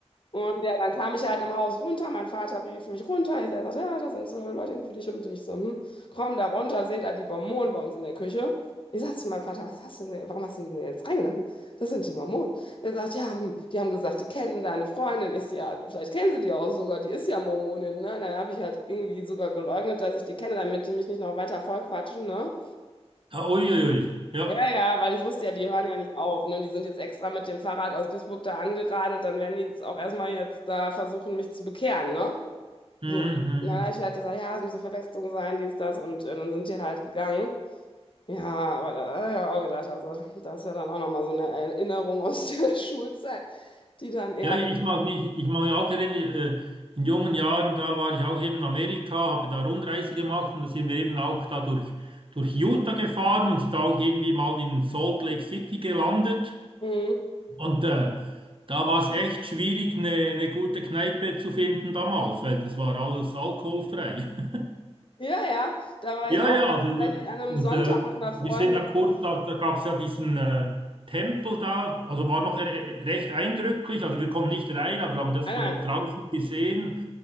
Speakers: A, on the left (about 50°); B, on the right (about 50°).
A: Und ja, dann kam ich halt im Haus runter. Mein Vater rief mich runter. Ich sagte, ja, da sind so Leute für dich und ich so. Hm komm da runter, seht da die Mormonen bei uns in der Küche. Ich sagte zu meinem Vater, was hast du denn, warum hast du die denn jetzt reingelassen? Das sind die Mormonen. er sagt, ja, hm, die haben gesagt, die kennen deine Freundin. Ich so, ja, vielleicht kennen sie die auch sogar, die ist ja Mormonin, ne? Dann habe ich halt irgendwie sogar geleugnet, dass ich die kenne, damit die mich nicht noch weiter vollquatschen, ne?
B: Ah, Uiuiui, ja.
A: Ja, ja, weil ich wusste ja, die hören ja nicht auf, ne? Die sind jetzt extra mit dem Fahrrad aus Duisburg da angeradelt, dann werden die jetzt auch erstmal jetzt da versuchen, mich zu bekehren, ne?
B: Mhm.
A: So.
B: mhm.
A: Und dann habe ich halt gesagt, ja, es muss eine Verwechslung sein, dies, das, und äh, dann sind die halt gegangen. Ja, aber da habe ich ja auch gedacht, also, das ist ja dann auch nochmal so eine Erinnerung aus der <laughs> Schulzeit, die dann eher.
B: Ja, ich mag mich, ich mag mich auch erinnern, äh, in jungen Jahren, da war ich auch eben in Amerika, habe da Rundreise gemacht und da sind wir eben auch da durch, durch Utah gefahren und sind auch irgendwie mal in Salt Lake City gelandet.
A: Mhm.
B: Und äh, da war es echt schwierig, eine, eine gute Kneipe zu finden damals, weil das war alles alkoholfrei. <laughs>
A: Ja, ja, da war
B: Ja,
A: ich auch
B: ja,
A: mal
B: also, äh,
A: tatsächlich an einem
B: und
A: Sonntag
B: äh,
A: mit einer Freundin.
B: wir sind da kurz, da, da gab es ja diesen äh, Tempel da, also war noch re recht eindrücklich, also wir konnten nicht rein, aber haben das
A: Nein,
B: von
A: nein,
B: draußen gesehen